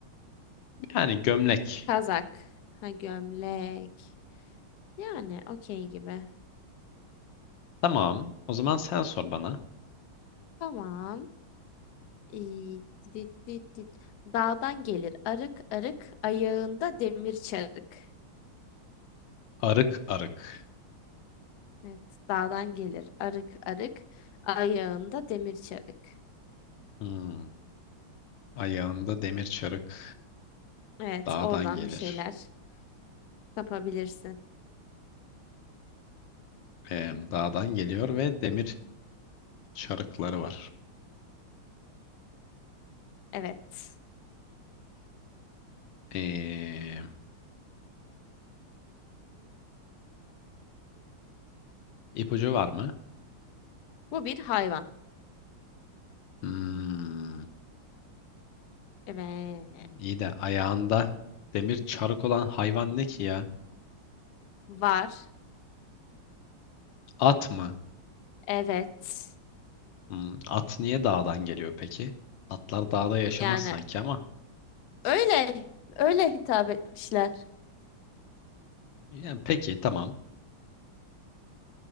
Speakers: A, on the left; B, on the left.
A: Yani gömlek.
B: Kazak. Ha gömlek. Yani okey gibi.
A: Tamam. O zaman sen sor bana.
B: Tamam. İyi, dit, dit, dit. Dağdan gelir arık arık, ayağında demir çarık.
A: Arık arık.
B: Evet, dağdan gelir arık arık, ayağında demir çarık.
A: Hmm. Ayağında demir çarık
B: Evet,
A: dağdan
B: oradan
A: gelir.
B: bir şeyler yapabilirsin.
A: Ee, dağdan geliyor ve demir çarıkları var.
B: Evet,
A: Ee, ipucu var mı?
B: bu bir hayvan.
A: Hmm.
B: Evet,
A: İyi de ayağında demir çarık olan hayvan ne ki ya?
B: var.
A: At mı?
B: Evet,
A: Hmm, At niye dağdan geliyor peki? Atlar dağda yaşamaz
B: yani
A: sanki ama.
B: öyle, öyle hitap etmişler.
A: Yani peki tamam.